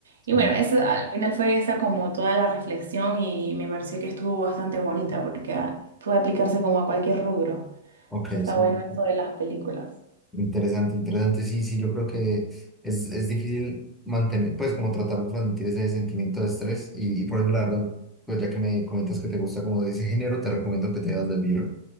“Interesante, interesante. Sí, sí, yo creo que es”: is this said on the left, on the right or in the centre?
Centre